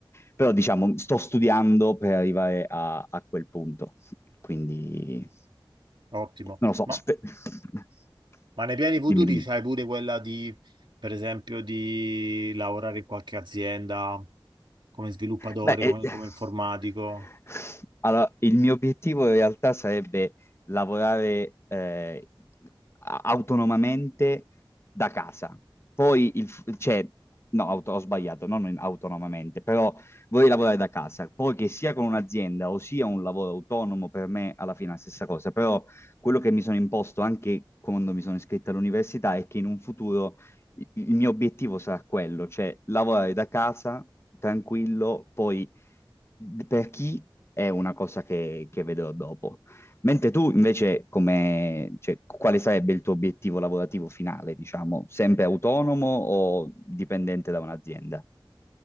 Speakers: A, on the left; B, on the right.
A: Però diciamo, sto studiando per arrivare a, a quel punto. Quindi,
B: ottimo.
A: non lo so,
B: Ma,
A: spe- <laughs>
B: ma nei piani futuri
A: dimmi, dimmi.
B: c'hai pure quella di, per esempio, di lavorare in qualche azienda come sviluppatore,
A: Beh, eh,
B: come,
A: <laughs>
B: come informatico?
A: allora, il mio obiettivo in realtà sarebbe lavorare eh, a- autonomamente da casa. Poi, il, f- cioè, no, auto- ho sbagliato, non in- autonomamente, però vorrei lavorare da casa. Poi che sia con un'azienda o sia un lavoro autonomo, per me alla fine è la stessa cosa. Però quello che mi sono imposto anche quando mi sono iscritto all'università è che in un futuro il il mio obiettivo sarà quello, cioè lavorare da casa tranquillo, poi d- per chi è una cosa che, che vedrò dopo. Mentre tu invece, come, cioè, quale sarebbe il tuo obiettivo lavorativo finale, diciamo? Sempre autonomo o dipendente da un'azienda?